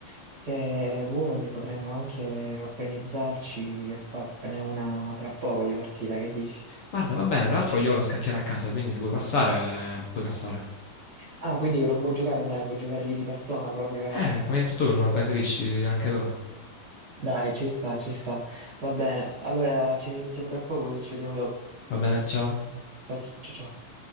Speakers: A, on the right; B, on the left.
A: se vuoi potremmo anche organizzarci e farne una tra poco di partita, che dici?
B: Guarda, va bene, tra l'altro io ho la scacchiera a casa, quindi se vuoi passare, puoi passare.
A: Ah, quindi non vuoi giocare online, vuoi giocare lì di persona proprio.
B: Eh, come hai detto tu, non la preferisci anche tu.
A: Dai, ci sta, ci sta. Va bene, allora ci risentiamo tra poco, così ci vediamo dopo.
B: Va bene, ciao.
A: Ciao, ciao, ciao.